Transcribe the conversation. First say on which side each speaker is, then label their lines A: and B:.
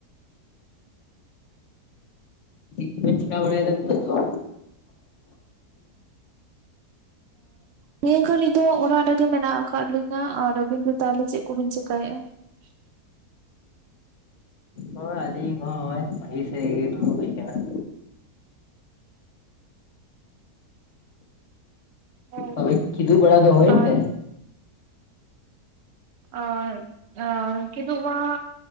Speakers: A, on the left; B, on the right.
A: <unintelligible> ᱪᱮᱠᱟ ᱵᱟᱲᱟᱭ ᱫᱟ ᱱᱤᱛᱚᱜ ᱫᱚ
B: ᱱᱤᱭᱟᱹ ᱜᱷᱟᱹᱲᱤᱡ ᱫᱚ ᱚᱲᱟᱜ ᱨᱮ ᱜᱮ ᱢᱮᱱᱟᱜ ᱟᱠᱟᱜ ᱞᱤᱧᱟᱹ ᱟᱨ ᱟᱹᱵᱤᱱ ᱫᱚ ᱛᱟᱦᱞᱮ ᱪᱮᱫ ᱠᱚ ᱵᱤᱱ ᱪᱮᱠᱟᱭᱮᱜᱼᱟ? <inaudible>
A: ᱦᱳᱭ ᱟᱹᱞᱤᱧ ᱦᱚᱸ ᱱᱚᱜᱼᱚᱭ ᱠᱩᱞᱦᱤ ᱥᱮᱜ ᱜᱮ ᱫᱩᱲᱩᱵ ᱦᱩᱭ ᱠᱟᱱᱟ ᱾
B: ᱚ
A: ᱛᱚᱵᱮ ᱠᱤᱫᱩᱜ ᱵᱟᱲᱟ ᱫᱚ ᱦᱩᱭ ᱮᱱ
B: ᱟᱨ
A: ᱛᱮ
B: ᱚᱸ ᱚᱸ ᱠᱤᱫᱩᱜ ᱢᱟ